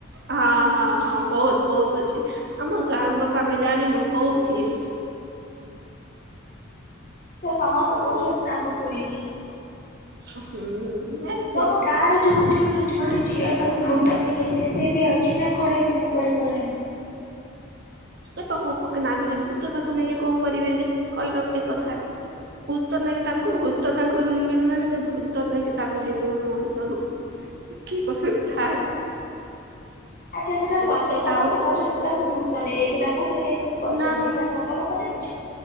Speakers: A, on the right (about 50°); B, on the left (about 40°).
A: ହଁ ହଁ ହଁ ବହୁତ ବହୁତ ଅଛି ଆମ ଗାଁର ଲୋକ ଆମେ ଜାଣିନୁ ବହୁତ ଇଏ
B: ସେ ସମସ୍ତେ କହୁଛନ୍ତି ନା ମୁଁ ଶୁଣିଛି।
A: ହୁଁ। ଉଁ ହେତ
B: ତମ ଗାଁରେ ଯୋଉ ଯୋଉ ଗୋଟେ ଝିଅ ତାକୁ ଭୂତ ନେଇଯାଇଥିଲେ ସେ ଏବେ ଅଛି ନା କୁଆଡ଼େ ମାନେ କୁଆଡେ ଗଲାଣି?
A: ଏ ତମ ନା କୁଛି ଭୂତ ତାକୁ ନେଇକି କଣ କରିବେ ଯେ କହିଲେ କି କଥା। ଭୂତ ନାଁକି ତାଙ୍କୁ ଭୂତ ତାଙ୍କୁ ଇନ୍ତି ମିଳୁନାଇଁ ଭୂତ ନେଇକି ତାକୁ ଯିବେ ଗୋଟେ ମଣିଷକୁ। କି ବ ଥା। <inaudible>
B: ଆଛା ସେଟା ସତ
A: ସେ
B: ସମସ୍ତେ
A: କାହାକୁ
B: କହୁଛନ୍ତି ତାକୁ ଭୂ ତ ନେଇଯାଇଥିଲା ମୁଁ ସେଇଥିପାଇଁ ତମକୁ ପଚାରିଲି
A: ନା ମ
B: ଏଇଟା ସତ କଥା ନା ମିଛ।